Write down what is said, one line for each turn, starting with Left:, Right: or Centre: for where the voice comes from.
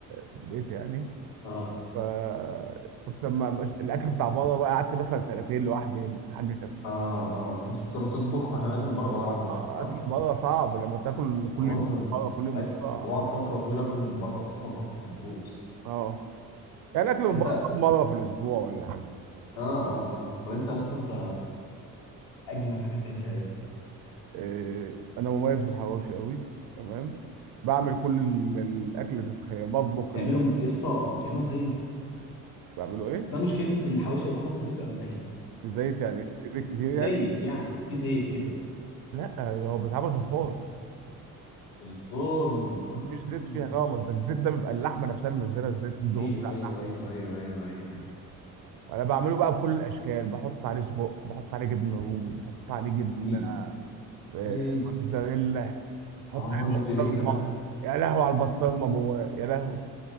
Right: في البيت يعني
Left: اه
Right: فكنت لما مش- الاكل بتاع بره بقى قعدت مثلا سنتين لوحدي هنا الحاجه كانت
Left: اه اه كنت بتضطر تطبخ عشان اكل من بره بوجعلك بطنك
Right: آه،
Left: صح؟
Right: اكل بره صعب لما تاكل كل
Left: انا برضه
Right: يوم من بره كل يوم
Left: ايوه،
Right: من بره
Left: انا بقعد فتره طويله اكل من بره اصلا بطني بتبوظ
Right: اه يعني اكل من
Left: وانت
Right: بره كم مره في الاسبوع ولا حاجه
Left: اه اه اه طب انت يا اسطى انت اجمد حاجه بتعملها ايه؟
Right: إيه انا مميز بالحواوشي قوي تمام بعمل كل ال- الاكل اللي تتخيل بطبخ
Left: بتعملهم
Right: ال-
Left: يا اسطى بتعملهم زيت
Right: بعمله ايه
Left: بس انا مشكلتي في الحواوشي اللي بيتعمل في البيت بقى مزيت
Right: بزيت يعني إيه؟ زيت كتير يعني
Left: مزيت يعني في زيت كده
Right: لا هو بيتعمل في الفرن
Left: في الفرن اه
Right: مفيش زيت فيها خالص ده الزيت ده بيبقى اللحمه نفسها اللي منزله الزيت الدهون
Left: ايوه
Right: بتاعتها
Left: ايوه ايوه ايوه ايوه ايوه ايوه
Right: انا بعمله بقى بكل الاشكال بحط عليه سجق بحط عليه جبنه رومي بحط عليه جبنه
Left: دي
Right: آه،
Left: ايه
Right: موتزاريلا حط
Left: اه
Right: عليه بسطرمه
Left: جاب لي ريقي كمان
Right: يا لهوي على البسطرمه جواه يا لهوي